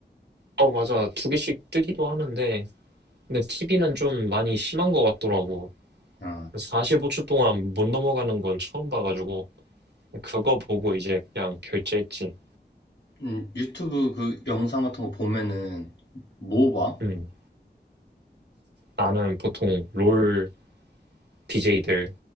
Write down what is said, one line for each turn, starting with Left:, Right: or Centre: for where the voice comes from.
Right: 어, 맞아. 두 개씩 뜨기도 하는데, 근데 TV는 좀 많이 심한 것 같더라고.
Left: 어.
Right: 45초 동안 못 넘어가는 건 처음 봐가지고, 그거 보고 이제 그냥 결제했지.
Left: 음, 유튜브 그 영상 같은 거 보면은 뭐 봐?
Right: 음. 나는 보통 롤 d j 들